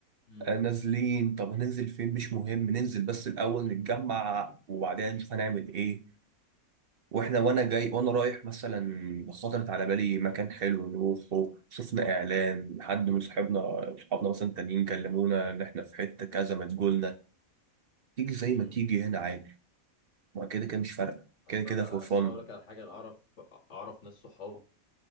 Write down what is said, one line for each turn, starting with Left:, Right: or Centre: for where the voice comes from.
Left: امم
Right: آه نازلين طب هننزل فين مش مهم ننزل بس الاول نتجمع وبعدين نشوف هنعمل ايه واحنا وانا جاي وانا رايح مثلا خطرت على بالي مكان حلو نروحه شفنا اعلان حد من صحابنا صحابنا مثلا تانيين كلمونا ان احنا في حته كذا ما تقولنا تيجي زي ما
Left: امم
Right: تيجي هنا عادي ما كده كده مش فارقه
Left: اصل
Right: كده كده
Left: انا
Right: فور فن
Left: اصل أنا اقول لك على حاجة انا اعرف اعرف ناس صحابي